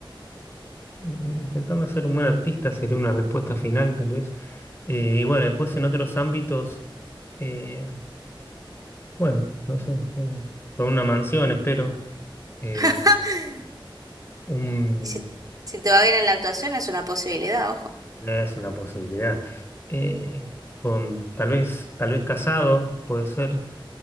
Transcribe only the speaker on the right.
<laughs>
Y si, si te va bien en la actuación es una posibilidad, ojo.